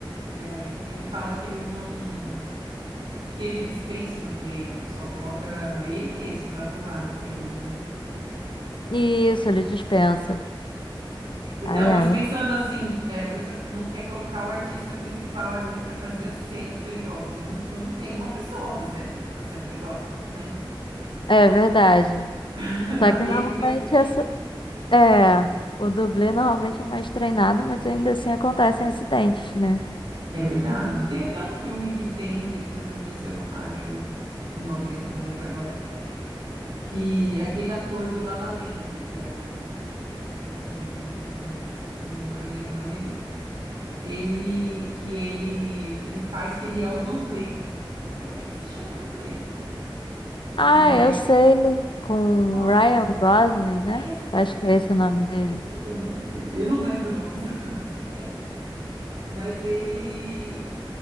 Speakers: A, on the right; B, on the left.
A: É, ele fala que ele não. que ele dispensa o dublê, né? O pessoal coloca ele mesmo pra atuar nas cenas, né?
B: Isso, ele dispensa.
A: Então,
B: Ai,
A: mas
B: ai.
A: pensando assim, que, é, às vezes você não quer colocar o artista principal ali para fazer as cenas perigosas, mas no fundo tem uma pessoa fazendo a cena perigosa, né?
B: É verdade.
A: <laughs> Dá
B: Só que
A: medo
B: normalmente
A: do mesmo jeito.
B: é assim. É, o dublê normalmente é mais treinado, mas ainda assim acontecem acidentes, né?
A: É verdade. Tem até um filme que tem, depois eu vou ver se eu acho o nome dele, que eu não lembro agora, que é aquele ator do La La Land, que é um, um mocinho novinho, tem o nariz fininho, agora eu não lembro o nome dele. Ele, que ele, ele faz que ele é o dublê. Eu acho que se chama dublê o filme
B: Ah,
A: que daí
B: eu sei, com
A: Nossa,
B: Ryan Gosling, né?
A: esse,
B: Acho que é esse o nome dele.
A: é o nome dele. Eu não lembro o nome dos <laughs> atores, sou péssima. Mas ele